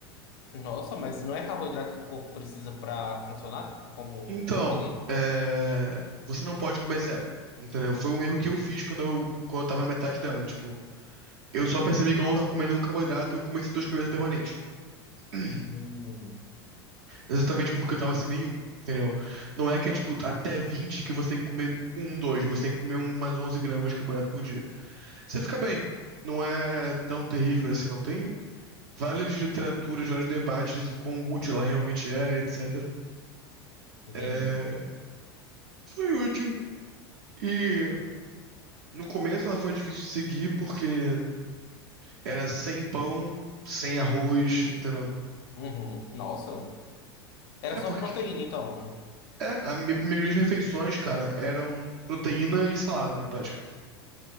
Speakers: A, on the left; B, on the right.
A: Nossa, mas não é carboidrato que o corpo precisa pra funcionar, tipo, como
B: Então,
A: energia?
B: é, você não pode comer zero. Entendeu? Foi um erro que eu fiz quando eu, quando eu tava na metade dela. Tipo, eu só percebi que eu não tava comendo nenhum carboidrato, eu comecei dor de cabeça permanente. <clears throat>
A: Hum,
B: Exatamente porque eu tava sem nenhum, entendeu? Não é que é tipo até 20 que você tem que comer um, dois, você tem que comer umas 11 gramas de carboidrato por dia. Você fica bem. Não é tão terrível assim, não. Tem várias literaturas, vários debates, o quão útil ela realmente é, etc.
A: entendi.
B: É, Foi útil. E no começo ela foi difícil de seguir porque era sem pão, sem arroz, entendeu?
A: Uhum. Nossa. Era
B: É
A: só
B: porque.
A: proteína, então.
B: É, a mi- maioria das refeições, cara, eram proteína e salada na prática,